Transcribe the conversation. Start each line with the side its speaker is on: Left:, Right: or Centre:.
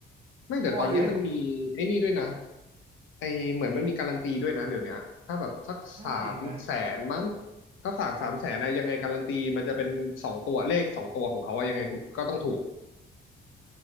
Left: ไม่แต่ตอนเนี้ยมันมีไอ้นี่ด้วยนะ
Right: งอนเลย
Left: ไอเหมือนมันมีการันตีด้วยนะเดี๋ยวเนี้ยถ้าแบบสักสามแสนมั้ง
Right: ใช่ไหม
Left: ถ้าฝากสามแสนนะยังไงการันตีมันจะเป็นสองตัวเลขสองตัวของเขาว่ายังไงคุณก็ต้องถูก